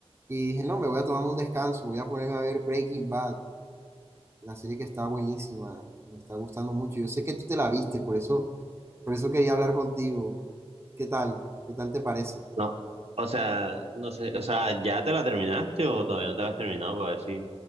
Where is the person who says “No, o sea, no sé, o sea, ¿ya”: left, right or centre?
Right